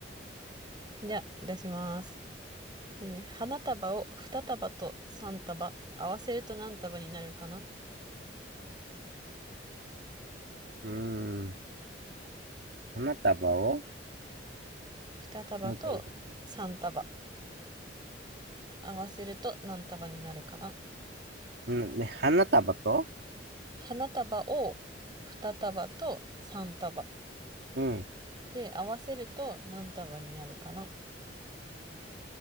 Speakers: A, on the right; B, on the right.
A: じゃあ、出します。えー花束を2束と3束。合わせると何束になるかな
B: うーん。花束を
A: ?2 束と3束。
B: もう一回
A: 合わせると何束になるかな
B: うん、ね、花束と
A: 花束を2束と3束。
B: うん。
A: で、合わせると何束になるかな。